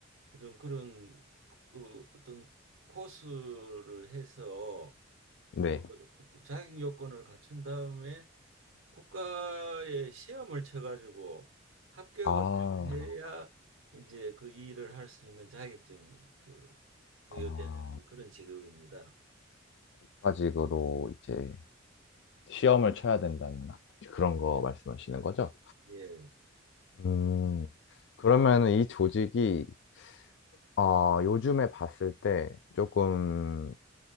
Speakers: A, on the right (about 85°); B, on the left (about 60°).
A: 이런 그런 그 어떤 코스를 해서
B: 네.
A: 그 어떤 자격 요건을 갖춘 다음에 국가에 시험을 쳐가지고 합격을
B: 아,
A: 해야 이제 그 일을 할 수 있는 자격증이 그 부여되는
B: 아,
A: 그런 직업입니다.
B: 국가직으로 이제 시험을 쳐야 된다는 그런 거
A: 예,
B: 말씀하시는 거죠?
A: 예.
B: 음, 그러면은 이 조직이 어, 요즘에 봤을 때 조금